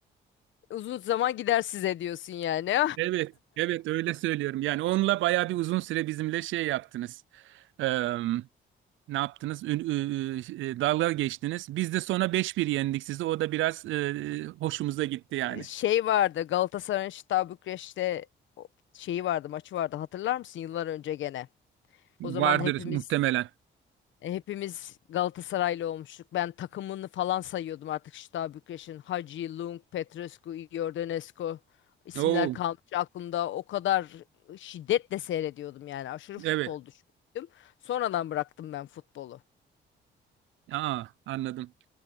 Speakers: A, on the left (about 70°); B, on the right (about 75°).
A: uzun zaman gider size diyorsun yani.
B: Evet, evet öyle söylüyorum. Yani onunla bayağı bir uzun süre bizimle şey yaptınız. Eee, ne yaptınız? Ün- ü- ü- e, Dalga geçtiniz. Biz de sonra beş bir yendik sizi. O da biraz e, hoşumuza gitti yani.
A: <laughs> Şey vardı Galatasaray'ın Şıta Bükreş'te o- şeyi vardı maçı vardı hatırlar mısın yıllar önce gene.
B: Vardır
A: O zaman hepimiz
B: muhtemelen.
A: E, Hepimiz Galatasaraylı olmuştuk. Ben takımını falan sayıyordum artık Şita Bükreş'in. Hagi, Lung, Petrescu, Iordanescu isimler
B: Oo,
A: kalmış aklımda. O kadar şiddetle seyrediyordum yani. Aşırı futbol
B: evet.
A: düşkünüydüm. Sonradan bıraktım ben futbolu.
B: Aa, anladım.